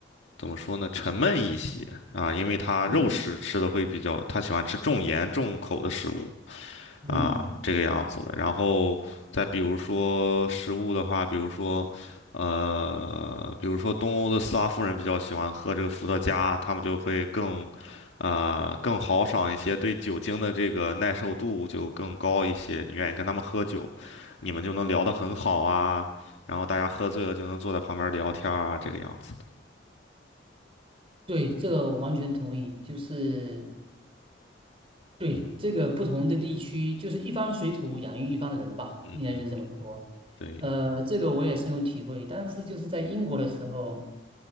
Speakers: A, on the left (about 85°); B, on the right (about 30°).
A: 怎么说呢，沉闷一些啊，因为他肉食吃的会比较，
B: 嗯
A: 他喜欢吃重盐重口的食物。
B: 嗯，
A: 啊，这个样子的。然后再比如说食物的话，比如说，呃，比如说东欧的斯拉夫人比较喜欢喝这个伏特加，他们就会更，啊、更豪爽一些，对酒精的这个耐受度就更高一些。你愿意跟他们喝酒，你们就能聊得很好啊。然后大家喝醉了就能坐在旁边聊天儿啊，这个样子的。
B: 对，这个我完全同意，就是对这个不同的地区，就是一方水土养育一方人吧，
A: 嗯哼，
B: 应该就是这么说。
A: 对，
B: 呃，这个我也深有体会。当时就是在英国的时候，